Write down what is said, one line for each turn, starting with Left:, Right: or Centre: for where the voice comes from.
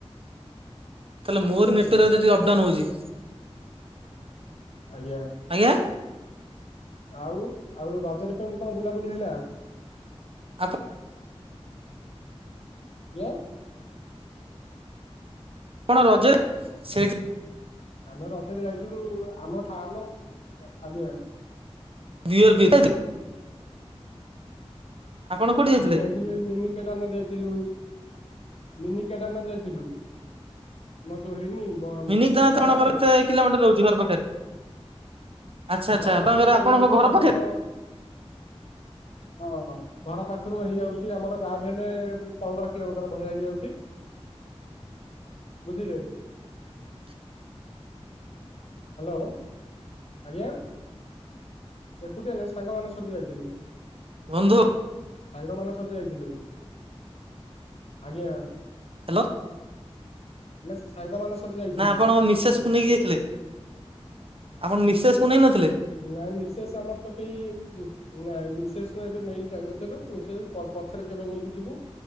Right: ତାହେଲେ ମୋର
Left: ଭୁଲ ଅଛି
Right: ନେଟୱର୍କ ଟିକେ ଅପ୍ଡାଉନ ହଉଚି?
Left: ଆଜ୍ଞା।
Right: ଆଜ୍ଞା?
Left: ଆଉ ଆଉ ରଜରେ କେମିତି କଣ ବୁଲାବୁଲି ହେଲା?
Right: ଆପଣ
Left: ଆଜ୍ଞା?
Right: କଣ ରଜେ ସେଇଟି
Left: ଆମେ ରଜରେ ଯାଇଥିଲୁ ଆମ ଠା ଆମ ଆଜ୍ଞା
Right: ବିଅର ପି ଆପଣ କୋଉଠି ଯାଇଥିଲେ?
Left: ଆମେ ଯାଇଥିଲୁ ଏ ମିନି କେଦାରନାଥ ଯାଇଥିଲୁ ମିନି କେଦାରନାଥ ଯାଇଥିଲୁ। ଆମର ଯଉ ହେଇନି। ବ
Right: ମିନି କେଦାରନାଥ
Left: ବରାଙ୍ଗରେ
Right: ତ ଆଣଙ୍କର ଏତେ କିଲୋମିଟର ରହୁଛି ଘର ପାଖରେ? ଆଚ୍ଛା ଆଚ୍ଛା
Left: ଘର
Right: ଆପଣଙ୍କର
Left: ପାଖରୁ ରହିଯାଉଛି
Right: ଆପଣଙ୍କ ଘର
Left: ଆମର
Right: ପାଖରେ
Left: ହଁ ହଁ ଘର ପାଖରୁ ହେଇଯାଉଛି ଆମର ଯାହା ବି ହେଲେ ପନ୍ଦର କିଲୋମିଟର ଭଳିଆ ହେଇଯାଉଛି। ବୁଝିଲେ?
Right: <inaudible>
Left: ହାଲୋ ଆଜ୍ଞା ଏକୁଟିଆ ନୁହେଁ ସାଙ୍ଗ ମାନଙ୍କ ସହିତ ଯାଇଥିଲୁ।
Right: ବନ୍ଧୁ
Left: ସାଙ୍ଗ ମାନଙ୍କ ସହିତ ଯାଇଥିଲୁ ଆଜ୍ଞା।
Right: ହାଲୋ
Left: ଆମେ ସାଙ୍ଗମାନେ ସହିତ ଯାଇଚୁ?
Right: ନା ଆପଣଙ୍କ ମିସେସ୍କୁ ନେଇକି ଯାଇଥିଲେ ଆପଣ ମିସେସ୍କୁ କୁ ନେଇ ନଥିଲେ?
Left: ନାଇଁ ମିସେସ୍ ଆମର ତ କେଇ ନାଇଁ ମିସେ୍ସ ଏବେ ନେଇକି ଯାଇନଥିଲୁ ମିସେ୍ସ ପଛରେ କେବେ ନେଇକି ଯିବ।